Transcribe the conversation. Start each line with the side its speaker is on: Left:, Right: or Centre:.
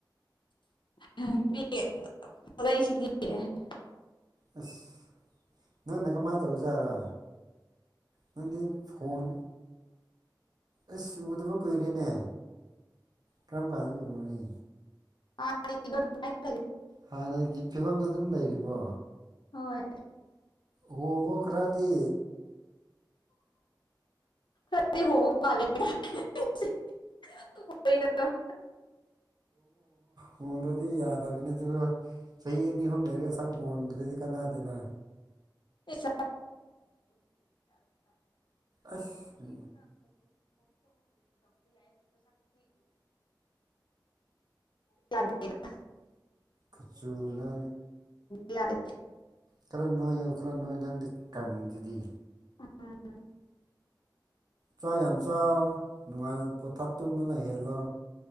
Left: ꯁꯤꯦ
Right: ꯑꯁ ꯅꯪ ꯅ ꯀꯃꯥꯏꯅ ꯇꯧꯖꯥꯔꯣ ꯅꯪꯗꯤ ꯐꯣꯟ ꯑꯁ ꯎꯗꯕ ꯀꯨꯏꯔꯦꯅꯦ ꯊꯪꯄꯥꯗ ꯀꯕꯅꯤ
Left: <inaudible>
Right: ꯍꯥꯟꯅꯒꯤ ꯐꯤꯕꯝꯗꯨ ꯑꯗꯨꯝ ꯂꯩꯔꯤꯕꯣ
Left: ꯍꯣꯏ
Right: ꯎꯣꯡꯉ ꯈꯔꯗꯤ
Left: ꯀ ꯍꯦ ꯑꯣꯏꯗ
Right: ꯍꯣꯟꯕ꯭ꯔꯗꯤ ꯌꯥꯗꯕꯅꯤ ꯑꯗꯨꯒ ꯆꯍꯤ ꯑꯅꯤ ꯑꯍꯨꯝ ꯂꯩꯔꯒ ꯁꯛ ꯍꯣꯡꯗ꯭ꯔꯗꯤ ꯀꯅꯥꯗꯅ
Left: <inaudible> ꯌꯥ ꯁ
Right: ꯑꯁ
Left: ꯆ
Right: ꯀꯆꯨꯔ
Left: ꯌꯥꯗ
Right: ꯈꯔ ꯅꯣꯏꯌꯨ ꯈꯔ ꯅꯣꯏ ꯅꯪꯗꯤ ꯀꯪꯗꯨꯗꯤ
Left: ꯎꯝ
Right: ꯆꯥꯛ ꯌꯥꯝ ꯆ ꯅꯨꯡꯉꯥꯏꯅ ꯄꯣꯊꯥ ꯇꯨꯝꯕꯅ ꯍꯦꯜꯂꯣ